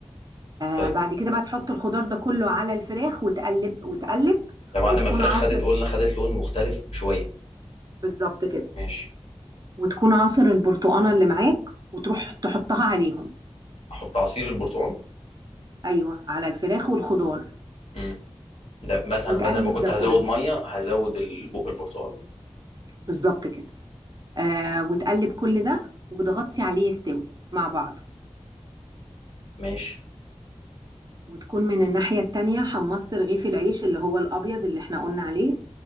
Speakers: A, on the right; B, on the left.
A: آه
B: طيب
A: بعد كده بقى تحط الخضار ده كله على الفراخ وتقلب وتقلب
B: ده بعد
A: وتكون
B: ما الفراخ
A: عاصر
B: خدت قلنا خدت لون مختلف شوية
A: بالظبط كده
B: ماشي
A: وتكون عاصر البرتقانه اللي معاك وتروح تحطها عليهم
B: احط عصير البرتقال
A: ايوه على الفراخ والخضار
B: امم ده مثلا
A: وتقلب
B: بدل ما كنت
A: ده كله
B: هزود ميه هزود البق البرتقال
A: بالظبط كده آه وتقلب كل ده وتغطي عليه يستوي مع بعضه
B: ماشي
A: وتكون من الناحيه التانيه حمصت رغيف العيش اللي هو الابيض اللي احنا قلنا عليه